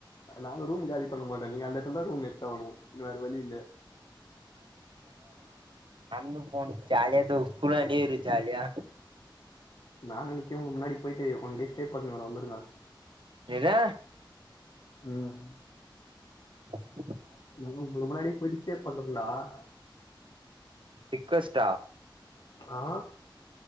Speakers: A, on the left; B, on the right.
A: நாங்க ரூம் காலி சொல்ல மாட்ட நீ அந்த நல்ல ரூம் எடுத்தாகனும் வேற வழி இல்ல
B: ந போ ஜாலியா த ஸ்கூல ஜாலியா <inaudible>
A: நான் நெனைக்கும் முன்னாடி போயிட்டு ஒன் டே ஸ்டே பன்னவேனா வந்துருங்க
B: எதே
A: ம்
B: ஹ <inaudible>
A: நாங்க உங்குள முன்னாடியே போயிட்டு ஸ்டே பண்ணட்டுங்களா <inaudible>
B: ரிக்கவஸ்டா
A: ஆ